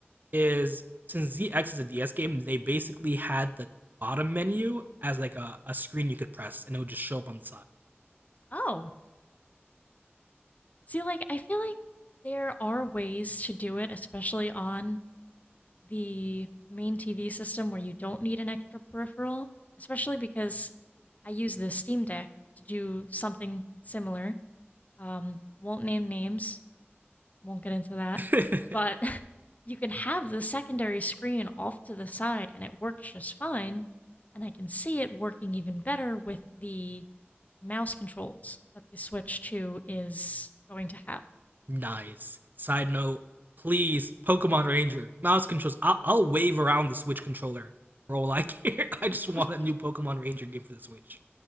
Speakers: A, on the right; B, on the left.
A: is since ZX is a DS game, they basically had the bottom menu as like a, a screen you could press and it would just show up on the
B: Oh, See, like, I feel like there are ways to do it, especially on the main TV system where you don't need an extra peripheral, especially because I use the Steam Deck to do something similar. Um, won't name names, won't get into that,
A: side.
B: but <laughs> you can have the secondary screen off to the side and it works just fine. And I can see it working even better with the mouse controls that the Switch 2 is going to have.
A: <laughs> nice. Side note, please, Pokemon Ranger, mouse controls. I'll, I'll wave around the Switch controller for all I <laughs> care.
B: <laughs>
A: I just want a new Pokemon Ranger game for the Switch.